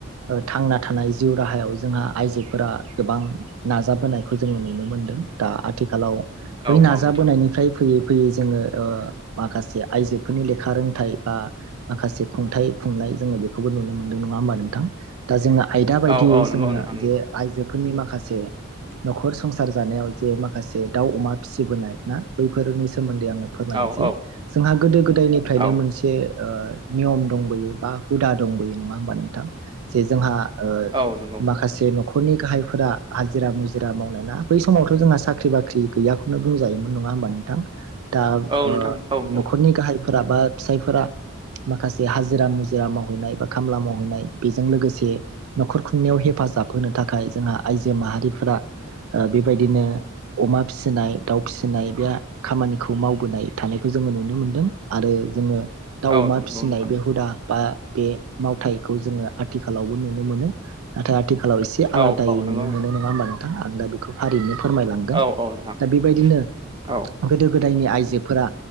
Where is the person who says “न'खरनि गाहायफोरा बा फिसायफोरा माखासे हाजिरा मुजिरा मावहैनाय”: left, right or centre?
Right